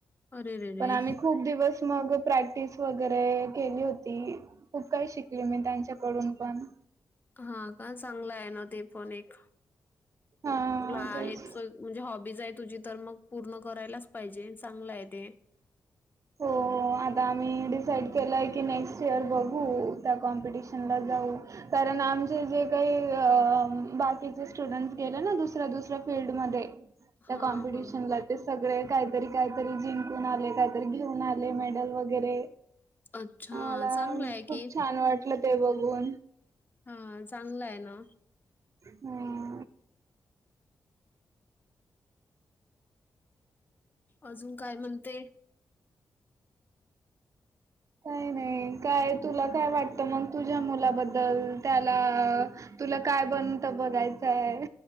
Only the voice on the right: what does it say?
पण आम्ही खूप दिवस मग प्रॅक्टिस वगैरे केली होती खूप काही शिकली मी त्यांच्याकडून पण.
हा
तेच
हो. आता आम्ही डिसाईड केलं आहे की नेक्स्ट इयर बघू त्या कॉम्पिटिशनला जाऊ. कारण आमचे जे काही बाकीचे स्टुडंट्स गेले ना दुसऱ्या दुसऱ्या फीलल्डमध्ये.
त्या कॉम्पिटिशन
ला ते सगळे काहीतरी काहीतरी जिं ून आले काहीतरी घेऊन आले मेडल वगैरे.
मला
खूप
छान वाटलं ते बघून.
हम
काही नाही काय तुला काय? वाटतं मग तुझ्या मुलाबद्दल त्याला तुला काय बनत बघायचंय